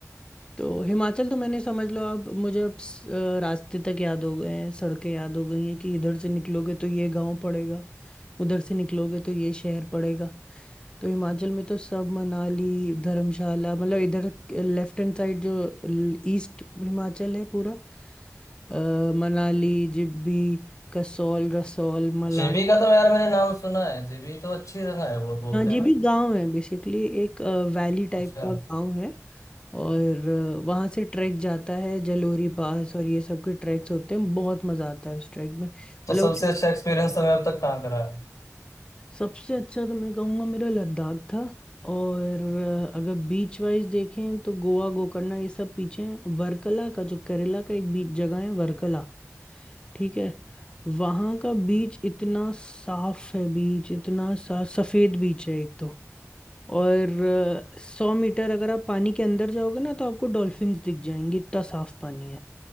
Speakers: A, on the left (about 20°); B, on the left (about 85°).
A: तो हिमाचल तो मैंने समझ लो अब मुझे अब स- अ, रास्ते तक याद हो गए हैं सड़कें याद हो गई हैं कि इधर से निकलोगे तो ये गांव पड़ेगा उधर से निकलोगे तो ये शहर पड़ेगा तो हिमाचल में तो सब मनाली धर्मशाला मतलब इधर लेफ्ट हैंड साइड जो ईस्ट हिमाचल है पूरा अ, मनाली जिब्बी कसौल रसौल मलाना
B: जीबी का तो यार मैंने नाम सुना है जीबी तो अच्छी जगह है बहुत बोलते
A: हाँ जी
B: हैं ना
A: भी गांव है बेसिकली एक वैली टाइप
B: अच्छा
A: का गांव है और अ, वहाँ से ट्रैक जाता है जलोरी पास और ये सब के ट्रैक्स होते हैं बहुत मज़ा आता है उस ट्रैक में
B: तो
A: मतलब
B: सबसे अच्छा एक्सपीरियंस हमें अब तक कहाँ करा है
A: सबसे अच्छा तो मैं कहूँगा मेरा लद्दाख था और अ, अगर बीच वाइज देखें तो गोवा गोकर्णा ये सब पीछे हैं वर्कला का जो केरला का एक बीच जगह है वर्कला ठीक है वहाँ का बीच इतना साफ है बीच इतना सा सफ़ेद बीच है एक तो और अ, सौ मीटर अगर आप पानी के अंदर जाओगे ना तो आपको डॉल्फिन्स दिख जाएंगे इतना साफ पानी है